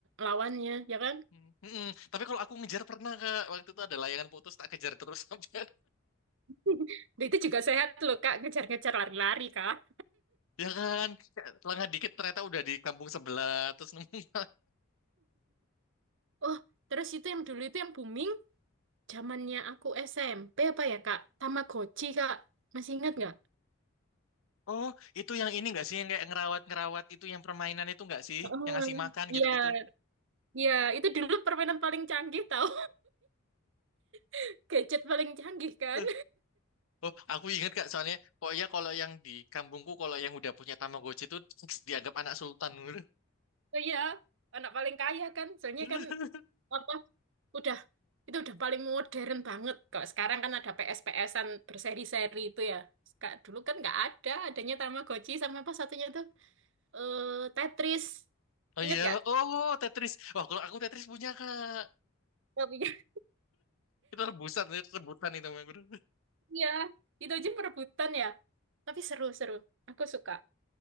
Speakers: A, on the right; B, on the left.
A: lawannya ya kan
B: Hmm, mm-mm. tapi kalau aku ngejar pernah kak waktu itu ada layangan putus tak kejar terus <laughs> sampai
A: <laughs> Itu juga sehat loh Kak, ngejar-ngejar lari-lari Kak.
B: ya kan lengah dikit ternyata udah di kampung sebelah terus nemu
A: Oh, terus itu yang dulu itu yang booming, zamannya aku SMP apa ya Kak? Tamagotchi Kak, masih ingat nggak?
B: Oh, itu yang ini nggak sih yang kayak ngerawat-ngerawat itu yang permainan itu nggak sih
A: Heeh.
B: yang ngasih makan gitu-gitu?
A: ya iya itu dulu permainan paling canggih tau, <laughs> gadget paling canggih kan?
B: Eh, Oh, aku inget Kak, soalnya pokoknya kalau yang di kampungku kalau yang udah punya Tamagotchi itu <laughs> fix dianggap anak sultan. gitu.
A: Oh iya, anak paling kaya kan, soalnya
B: <laughs>
A: kan apa? Udah itu udah paling modern banget. Kalau sekarang kan ada PS-PSan berseri-seri itu ya. Kak, dulu kan nggak ada, adanya Tamagotchi sama apa satunya itu? eh Tetris.
B: Oh
A: Ingat
B: iya,
A: gak?
B: oh Tetris. Wah, kalau aku Tetris punya Kak.
A: Tapi
B: Itu rebusan, rebutan itu Bang.
A: <laughs> iya, itu aja perebutan ya. Tapi seru-seru. Aku suka.